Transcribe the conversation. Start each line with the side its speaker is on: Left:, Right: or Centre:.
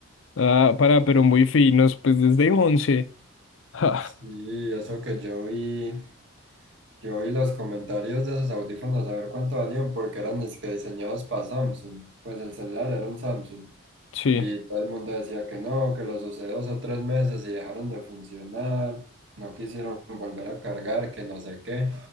Left: Ah, para, pero muy finos, pues desde 11. Ah,
Right: Sí, eso que yo vi. Yo vi los comentarios de esos audífonos a ver cuánto valían porque eran es que diseñados para Samsung. Pues el celular era un Samsung.
Left: sí.
Right: Y todo el mundo decía que no, que los usé dos o tres meses y dejaron de funcionar, no quisieron volver a cargar, que no sé qué.